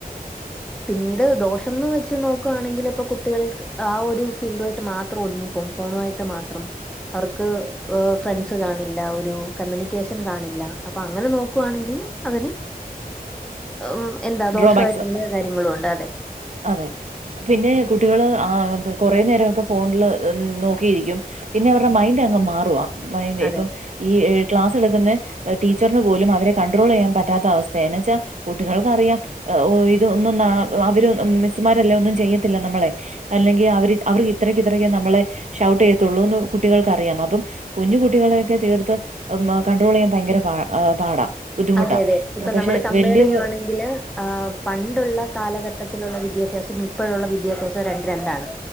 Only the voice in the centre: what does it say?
പിന്നീട് ദോഷംന്ന് വെച്ച് നോക്കുവാണെങ്കില് ഇപ്പൊ കുട്ടികള് ആ ഒരു ഫീൽഡുയിട്ട് മാത്രം ഒതുങ്ങിപ്പോകും ഫോണുവായിട്ട് മാത്രം അവർക്ക് ഹ് ഫ്രണ്ട്സ് കാണില്ല ഒരു കമ്മ്യൂണിക്കേഷൻ കാണില്ല അപ്പൊ അങ്ങനെ നോ ക്കുവാണെങ്കില് അതിന് ഉം എന്താ ദോഷായിട്ട്ള്ള
കാര്യങ്ങളുണ്ട് അതെ
അതെ
അതെ അതെ ഇപ്പൊ
നമ്മള് കമ്പേറെയ്യുണെങ്കില്
ആ പണ്ടുള്ള കാലഘട്ടത്തില്ള്ള വിദ്യാഭ്യാസം ഇപ്പഴുള്ള വിദ്യാഭ്യാസ്യം രണ്ടും രണ്ടാണ്